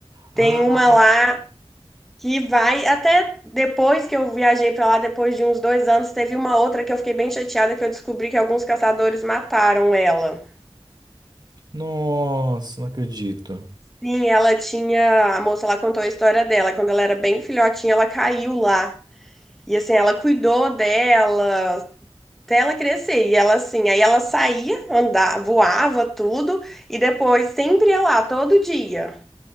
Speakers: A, on the right; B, in the centre.
A: Ah,
B: Tem uma lá que vai. Até depois que eu viajei pra lá, depois de uns dois anos, teve uma outra que eu fiquei bem chateada que eu descobri que alguns caçadores mataram ela.
A: nossa, não acredito.
B: Sim, ela tinha. A moça lá contou a história dela. Quando ela era bem filhotinha, ela caiu lá. E assim, ela cuidou dela até ela crescer. E ela assim, aí ela saía, andava, voava tudo, e depois sempre ia lá, todo dia.